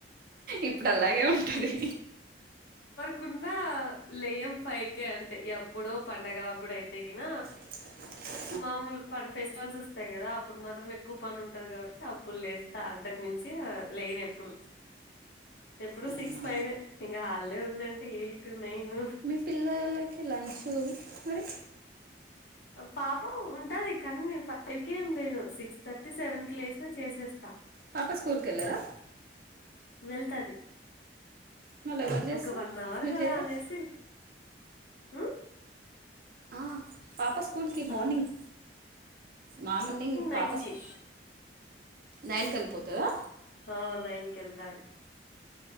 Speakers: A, on the right; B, on the left.
A: ఇప్పుడు అలాగే ఉంటుంది
B: కుండా లెయం ఫై కే అంటే ఎప్పుడో పండగలప్పుడు అయితేగిన
A: <inaudible>
B: మామూలు ప ఫెస్టివల్స్ వస్తాయి కదా అప్పుడు మాత్రం ఎక్కువ పని ఉంటది కాబట్టి అప్పుడు లేస్తా అంతకు మించి ఆ లేనెప్పుడు ఎప్పుడు
A: అవునా
B: సిక్స్ ఫైవే ఇంక హాల్డే ఉందంటే ఎయిట్ నైన్
A: ఈ పిల్లలకి లంచు మరి
B: పాప ఉంటది కానీ ఫైవ్ కే ఏం లేను సిక్స్ థర్టీ సెవెన్ కి లేచినా చేసేస్తా
A: పాప స్కూల్ కేళ్ళరా
B: వెళ్తది
A: మళ్ళీ ఎవరు చేస్తారు
B: ఒక వన్ అవర్
A: మీరు
B: కదా
A: చేయరా
B: అనేసి ఉ
A: ఆ పాపాస్ స్కూల్కి
B: హలో
A: మార్నింగ్ మార్నింగ్
B: నైన్
A: పాపస్కు
B: కి
A: నైన్ కేళ్ళిపోతదా
B: హా నైన్ కెళ్తారు